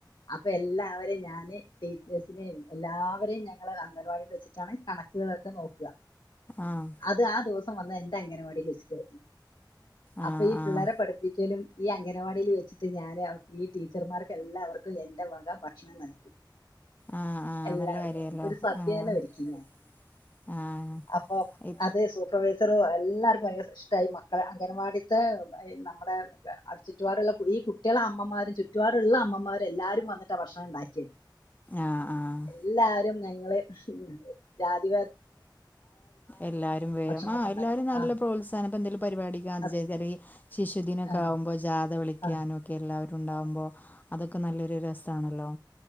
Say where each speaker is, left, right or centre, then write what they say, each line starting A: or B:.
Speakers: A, on the left; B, on the left.
A: അപ്പൊ എല്ലാവരേം ഞാന് ടീച്ചേഴ്സിനെയും എല്ലാവരെയും ഞങ്ങള് അംഗൻവാടിൽ വെച്ചിട്ടാണ് കണക്കുകളൊക്കെ നോക്ക
B: ആഹ്
A: അത് ആ ദിവസം വന്നെ എന്റെ അംഗനവാടിൽ വെച്ചിട്ടായിരുന്നു
B: ആഹ്
A: അപ്പ ഈ
B: ആഹ്
A: പിള്ളരെ പഠിപ്പിക്കലും അംഗനവാടിയിൽ വെച്ചിട്ട് ഞാൻ ഈ ടീച്ചർമാർക്കെല്ലാവർക്കും എൻ്റെ വക ഭക്ഷണം നൽകി
B: ആഹ് ആഹ്
A: എല്ലാർക്കും
B: നല്ല കാര്യല്ലോ
A: ഒരു സദ്യതന്നെ
B: പ്രത്യേകത
A: ഒരുക്കി ഞാൻ
B: ആഹ്
A: അപ്പൊ
B: ഇ
A: അത് സൂപ്പർവൈസറും എല്ലാർക്കും ഭയങ്കര ഇഷ്ട്ടായി മക്കളെ അംഗൻവാടിത്തെ നമ്മുടെ ചുറ്റുപാടുള്ള ഈ കുട്ടികളെ അമ്മമാരും ചുറ്റുപാടുള്ള അമ്മമാരും എല്ലാവാരും വന്നു എന്നിട്ടാ ഭക്ഷണം ഇണ്ടാക്കിയെ,
B: ആഹ് ആഹ്
A: എല്ലാരും ഞങ്ങള് ജാതി
B: എല്ലാരും വേം
A: ഭക്ഷണമൊക്കെ
B: ആഹ് എല്ലാരും
A: ഉണ്ടാക്കാൻ
B: നല്ല
A: ആ
B: പ്രോത്സാഹന ഇപ്പ എന്തെലും പരിപാടി ഗാന്ധി
A: അത്
B: ജയന്തി അല്ലേ ഈ ശിശുദിനം ഒക്കെ
A: ആ
B: ആവുമ്പോ ജാത വിളിക്കാനും
A: ആ
B: ഒക്കെ എല്ലാവരും ഉണ്ടാവുമ്പോ
A: അതെ
B: അതൊക്കെ നല്ലൊരു രസാണല്ലോ.